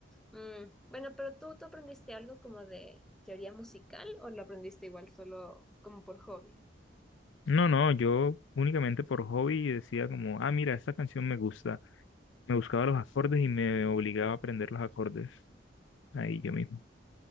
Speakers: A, in the centre; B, on the left (about 85°).
A: Mm, bueno, pero tú, ¿tú aprendiste algo como de teoría musical o lo aprendiste igual solo como por hobby?
B: No, no, yo únicamente por hobby decía como, ah, mira, esta canción me gusta. Me buscaba los acordes y me obligaba a aprender los acordes ahí yo mismo,